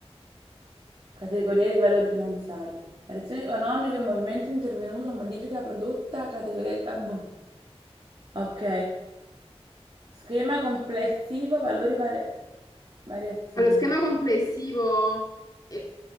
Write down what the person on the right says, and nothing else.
Categorie di valori finanziari. Variazioni economiche, movimento intervenuto, modifica prodotta, categoria... di... ah, boh. Ok. Schema complessivo, valori varia- variazioni.